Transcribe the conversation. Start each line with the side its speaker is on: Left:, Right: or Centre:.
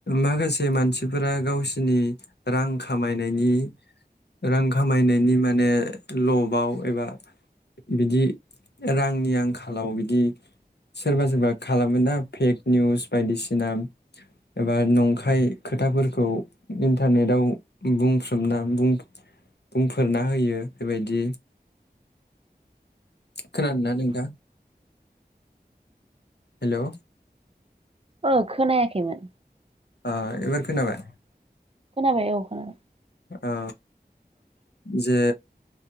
Left: माखासे मानसिफोरा गावसिनि रां खामायनायनि रां खामायनायनि मान नो लबाव एबा बिदि रांनि आंखालाव बिदि सोरबा सोरबा खालामो ना फेक निउस बायदिसिना एबा नंखाय खोथाफोरखौ इन्टारनेटाव बुंफ्रोमना बुं बुंफोरना होयो बेबायदि खोनादोंना नोंथां हेल'
Right: अ खोनायाखैमोन
Left: आ एबार खोनाबाय
Right: खोनाबाय औ खोनाबाय
Left: औ जे